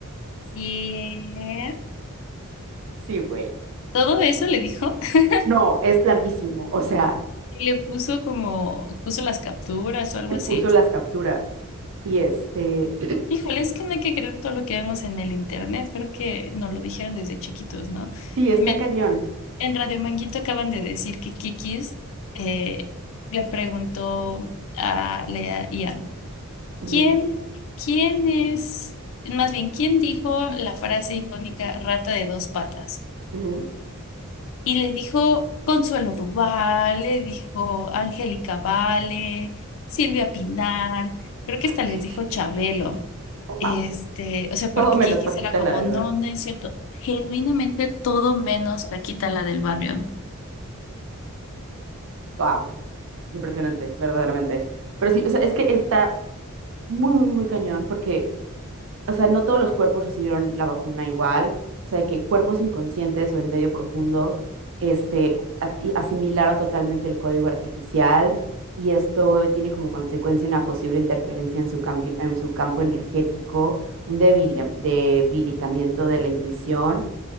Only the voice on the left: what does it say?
bien.
Todo eso le dijo. <laughs>
Y le puso como, puso las capturas o algo así.
Híjole, es que no hay que creer todo lo que vemos en el internet. Creo que nos lo dijeron desde chiquitos, ¿no?
También.
En Radio Manguito acaban de decir que Kikis eh, le preguntó a la I a
¿quién, quién es, más bien, quién dijo la frase icónica rata de dos patas?
Y le dijo Consuelo Duval, le dijo Angélica Vale, Silvia Pinal, creo que
hasta les dijo Chabelo.
Este,
o sea,
porque
Kikis
era como,
no,
no es cierto. Genuinamente todo menos Paquita la del barrio.